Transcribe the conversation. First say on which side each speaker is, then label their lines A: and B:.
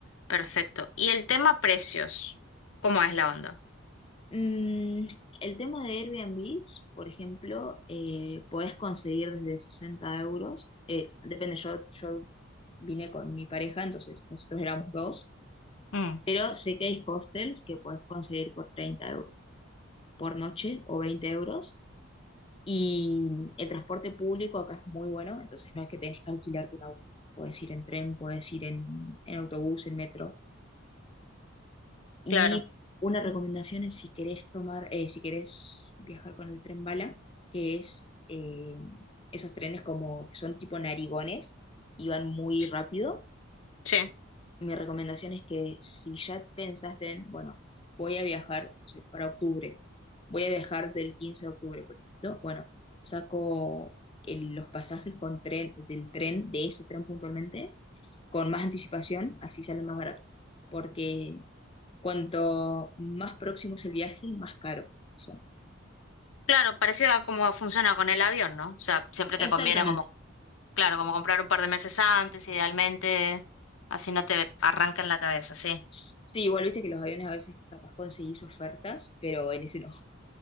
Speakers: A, on the left (about 75°); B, on the left (about 25°).
A: Perfecto. Y el tema precios, ¿cómo es la onda?
B: Mm, el tema de Airbnb, por ejemplo, eh, podés conseguir desde 60 euros. Eh, depende, yo, yo vine con mi pareja, entonces nosotros éramos dos,
A: Mm,
B: pero sé que hay hostels que podés conseguir por 30 euros por noche o 20 euros. Y el transporte público acá es muy bueno, entonces no es que tenés que alquilarte un auto. Podés ir en tren, podés ir en, en autobús, en metro. Y
A: claro.
B: una recomendación es si querés tomar, eh, si querés viajar con el tren bala, que es eh, esos trenes como que son tipo narigones y van muy
A: S-
B: rápido.
A: Sí,
B: Mi recomendación es que si ya pensaste en, bueno, voy a viajar, no sé, para octubre, voy a viajar del 15 de octubre, por ejemplo, bueno, saco el- los pasajes con tren, del tren, de ese tren puntualmente, con más anticipación, así sale más barato. Porque Cuanto más próximo es el viaje, más caro son.
A: claro, parecido a cómo funciona con el avión, ¿no? O sea, siempre
B: Exactamente.
A: te conviene como, claro, como comprar un par de meses antes, idealmente, así no te arranca en la cabeza, sí.
B: Sí, igual viste que los aviones a veces capaz conseguís ofertas, pero en ese no.